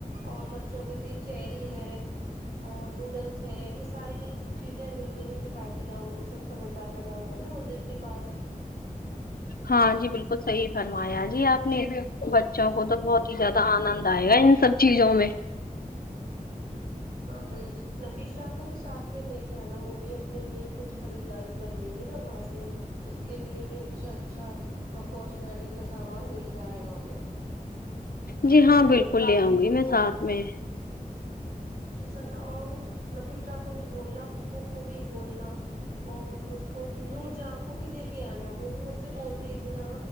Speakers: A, on the right (about 75°); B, on the left (about 80°).
A: اور بچوں کے لیے چیری ہے اور نوڈلس ہے یہ ساری چیزیں مل رہی ہیں کفایتی دااموں میں سستا بازار لگا ہوا ہے نا مسجد کے پاس
B: ہاں جی بالکل صحی فرمایا جی آپ نے بچوں کو تو بہت ہی زیادہ آنند
A: ہوں
B: آئے گا ان سب چیزوں میں
A: ہ نفیشا کو بھی ساتھ میں لے کے آناا وہ بھی اپنے لیے کچھ خریداری کر لے گی نا وہاں سے اس کے لیے بھی اچھا اچھا کوسمیٹک کا سامان مل رہا ہے وہاں پہ
B: جی ہاں بالکل لے آؤں گی میں ساتھ میں
A: انشاء اللہ اور نفی شاہ کو بھی بولنا فپو کو بھی بولنا اور اس کو ن جا کو بھی لے کے آنا وہ بھی مجھ سے بول رہی تھی نا